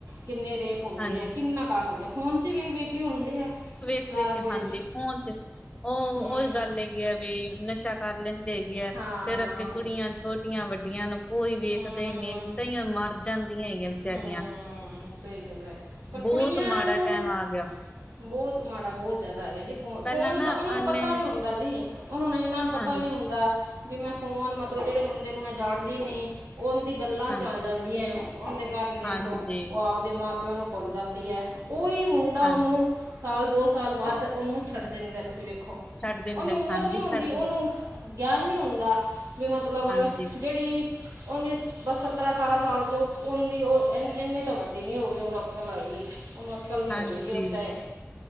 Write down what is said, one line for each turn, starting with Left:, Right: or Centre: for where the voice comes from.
Right: ਕਿੰਨੇ ਰੇਪ ਹੁੰਦੇ
Left: ਹਾਂਜੀ,
Right: ਆ ਕਿੰਨਾ ਕਾਰਨ ਹੁੰਦੇ ਫੋਨ 'ਚ ਵੇਖ ਵੇਖ ਕੇ ਹੁੰਦੇ ਆ।
Left: ਵੇਖ
Right: ਸਾਰਾ
Left: ਕੇ
Right: ਕੁਝ
Left: ਹਾਂਜੀ ਫੋਨ 'ਚ ਓ
Right: ਹੂੰ
Left: ਉਹੀ ਗੱਲ ਹੈਗੀ ਆ ਵੀ ਨਸ਼ਾ ਕਰ ਲੈਂ ਦੇਗੀਆ
Right: ਹਾਂ
Left: ਫਿਰ ਅੱਗੇ ਕੁੜੀਆਂ ਛੋਟੀਆਂ ਵੱਡੀਆਂ ਨੂੰ ਕੋਈ ਵੇਖਦੇ
Right: ਹੂੰ
Left: ਹੀ ਨਈ ਤਾਂਈਆਂ ਮਰ ਜਾਂਦੀਆਂ ਹੈਗੀਆਂ। ਵਿਚਾਰੀਆਂ।
Right: ਹੂੰ ਸਈ ਗੱਲ ਹੈ ਪਰ
Left: ਬਹੁਤ
Right: ਕੁੜੀਆਂ
Left: ਮਾੜਾ
Right: ਨੂੰ
Left: ਟਾਈਮ ਆ ਗਿਆ
Right: ਬਤ ਮਾੜਾ ਬੋਤ ਜਾਦਾ ਹੈਗਾ ਜੀ ਫੋਨ-ਫੋਨ
Left: ਪਹਿਲਾਂ ਨਾ
Right: ਤਾਂ ਉਹਨਾਂ ਨੂੰ
Left: ਉਹਨੇ
Right: ਪਤਾ ਨਈ ਹੁੰਦਾ ਜੀ। ਉਹਨਾਂ ਇੰਨਾ ਪਤਾ
Left: ਹਾਂਜੀ
Right: ਨੀ ਹੁੰਦਾ ਵੀ ਮੈਂ ਫੋਨ ਮਤਲਬ ਜਿਹੜੇ ਬੰਦੇ ਨੂੰ ਮੈਂ ਜਾਣਦੀ ਨਈ। ਉਂਦੀ ਗੱਲਾਂ
Left: ਹਾਂ
Right: 'ਚ ਆ ਜਾਂਦੀਆਂ ਓ ਦੇ ਕਾਰਨ ਦੇਖ
Left: ਹਾਂਜੀ
Right: ਲਓ ਓ ਆਪਦੇ ਮਾਂ ਪਿਓ ਨੂੰ ਭੁੱਲ ਜਾਂਦੀ ਹੈ ਉਹੀ ਮੁੰਡਾ
Left: ਹਾਂ
Right: ਉਹਨੂੰ ਸਾਲ ਦੋ ਸਾਲ ਬਾਦ ਉਹਨੂੰ ਛੱਡ ਦਿੰਦਾ ਤੁਸੀਂ ਵੇਖੋ।
Left: ਛੱਡ ਦਿੰਦਾ
Right: ਉਹਦੀ ਉਮਰ
Left: ਹਾਂਜੀ
Right: ਨੀ ਆ
Left: ਛੱਡ ਦਿੰਦਾ
Right: ਉਹਨੂੰ ਗਿਆਨ ਨੀ ਹੁੰਦਾ ਵੀ ਮਤਲਬ
Left: ਹਾਂਜੀ
Right: ਜੇੜੀ ਉਨੀ ਬ ਸੱਤਰਾਂ ਅਠਾਰਾਂ ਸਾਲ 'ਚ ਓ ਉਹਦੀ ਓ ਇੰਨੀ ਤਾਂ ਵੱਡੀ ਨੀ ਹੋ ਗਈ ਉਹਨੂੰ ਅਕਲ ਆਏਗੀ। ਉਹਨੂੰ ਅਕਲ ਨਈ
Left: ਹਾਂਜੀ
Right: ਹੁੰਦੀ ਜੀ ਉਸ ਟੈਮ